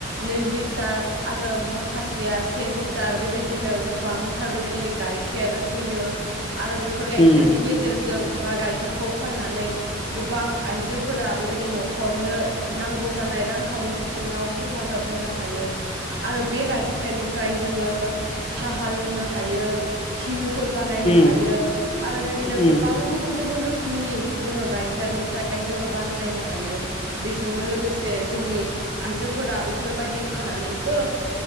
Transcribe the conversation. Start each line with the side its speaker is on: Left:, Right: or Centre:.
Right: नै लिटार आरो माखासेआ से लिटार-' बिदिनो गोबांथार बे बिदि गाइखेर होयो। आरो बेफोर गाइखेरनि
Left: उम
Right: गेजेरजों बा गाइखेरखौ फाननानै गोबां आइजोफोरा बेबायदि न'खरनो नांगौ जानाय रांखावरि बिथिङाव हेफाजाब होनो हायो आरो बे गाइखेरनिफ्राय जोङो साहा लोंनो हायो घिउ फोर बानायनो
Left: उम
Right: हायो आरो बिदिनो
Left: उम
Right: गोबां गुबुन गुबुन रो खोमनि जोङो गाइखेरनिफ्राय जोङो बानायनो हायो। बेजोंनो लोगोसे जोंनि आइजोफोरा बेफोरबायदि फानानैबो